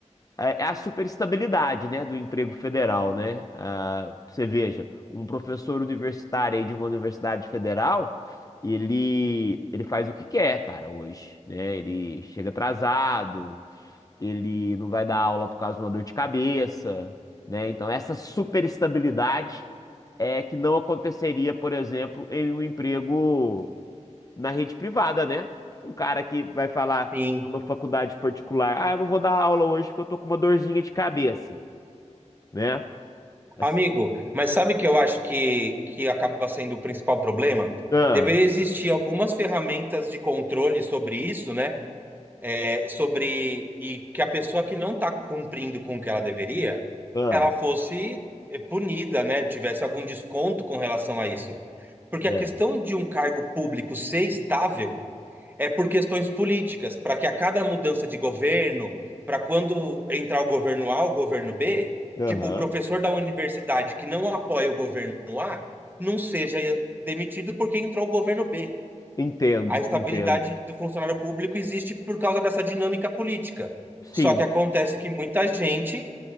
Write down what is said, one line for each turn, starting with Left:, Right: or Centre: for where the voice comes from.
Left: É é a superestabilidade, né, do emprego federal, né? Ah, você veja, um professor universitário aí de uma universidade federal, ele, ele faz o que quer, cara, hoje, né? Ele chega atrasado, ele não vai dar aula por causa de uma dor de cabeça, né? Então, essa superestabilidade é que não aconteceria, por exemplo, em um emprego na rede privada, né? Um cara que vai falar
Right: Sim.
Left: numa faculdade particular, ah, eu não vou dar aula hoje porque eu tô com uma dorzinha de cabeça, né? Assim,
Right: Amigo, mas sabe que eu acho que, que acaba sendo o principal problema?
Left: ah,
Right: Deveria existir algumas ferramentas de controle sobre isso, né? é, sobre e que a pessoa que não está cumprindo com o que ela deveria,
Left: ah,
Right: ela fosse eh, punida, né? Tivesse algum desconto com relação a isso. Porque
Left: é.
Right: a questão de um cargo público ser estável é por questões políticas, para que a cada mudança de governo, para quando entrar o governo A, o governo B,
Left: Aham.
Right: tipo, o professor da universidade que não apoia o governo A não seja demitido porque entrou o governo B.
Left: Entendo,
Right: A estabilidade
Left: entendo.
Right: do funcionário público existe por causa dessa dinâmica política.
Left: Sim.
Right: Só que acontece que muita gente